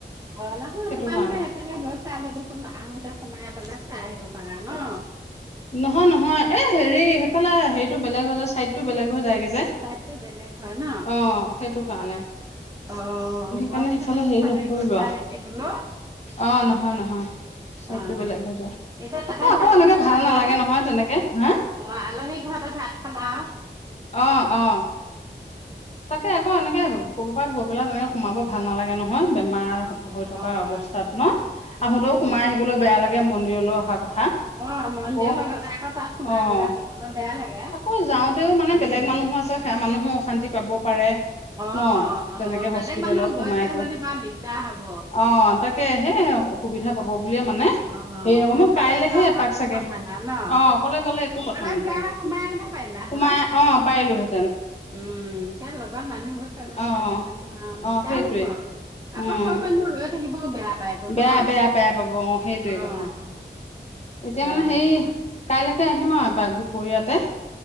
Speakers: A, on the right; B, on the left.
A: অ', নহয়
B: সেইটো
A: তোমালোকে
B: কাৰণে
A: সেইফালে গল চাব দেচোন আহোতে সোমাই পেলাই চাই আহিব পাৰা ন'।
B: নহয় নহয় এ হেৰি সেইফালে হেৰিটো বেলেগ হৈ যায় চাইদটো বেলেগ হৈ যায়গে যে।
A: চাইদটো বে হয় ন।
B: অ <unintelligible>
A: অ',
B: সেইকাৰণে
A: মই বোলো
B: সেইফালে
A: সে
B: হেৰি
A: চাগে
B: নকৰিলো
A: গৈছা
B: আৰু
A: নেকি বোলো
B: অ', নহয় নহয় চাইডটো
A: অ',
B: বেলেগ হৈ যায়
A: এতিয়া তাতে
B: আকৌ
A: ভাত
B: এনেকে
A: পানী
B: ভাল ভাল
A: খালা?
B: নালাগে নহয় তেনেকে হা?
A: অ', আলহি ঘৰতে ভাত খাবা আৰু।
B: অ', অ'। তাকে আক' এনেকে ক'বা পৰা গৈ পেলাই তেনেকে সোমাব ভাল নালাগে নহয়। মাৰ
A: অ',
B: হৈ থকা
A: অ',
B: অৱস্থাত
A: অ',
B: ন আহোতেও
A: উম,
B: সোমাই
A: উম।
B: আহিবলৈ বেয়া লাগে মন্দিৰলৈ অহা কথা।
A: অ', মন্দিৰৰ
B: আকৌ
A: লগতে আকৌ তাত সোমাই
B: অ',
A: পেলাই যাবলৈ বেয়া লাগে,
B: আকৌ যাওঁতেও মানে বেলেগ
A: উম।
B: মানুহো আছে। সেইয়া মানুহো অশান্তি পাব পাৰে
A: অ
B: ন'
A: অ
B: তেনেকে
A: বেলেগ
B: হস্পিতালত
A: মানুহ
B: সোমাই
A: গৈছে
B: অ',
A: যদি বা দিগদাৰ হব।
B: তাক তাকেহে অসুবিধা পাব বুলিয়ে মানে
A: অ
B: হেৰি নকৰ মই
A: অকলে
B: কাইলেহে
A: যোৱা
B: এপাক
A: হয় একো
B: চাগে
A: কথা নাই ন
B: অ' অকলে গ'লে একো
A: অকলে
B: কথা নাথাকে,
A: যোৱা হয় সোমাই আহিব পাৰিলা
B: সোমাই
A: হয়
B: অ', পাৰিলোহেঁতেন।
A: উম, এতিয়া লগৰ মানুহব টো
B: অ
A: বেলেগ মানুহ আৰু
B: অ অ
A: দিগদাৰ
B: সেইটোৱে
A: হ'ব,
B: উম
A: আকৌ চ'ব মানুহ ৰৈ থাকিবও বেয়া পায়। <unintelligible>
B: বেয়া বেয়া বেয়া পাব অ সেইটোৱে কথা
A: ন' অ'।
B: এতিয়া
A: হয়
B: মানে হেই
A: দিয়া
B: কাইলৈকে আহিম আৰু এপাক দুপৰীয়াতে।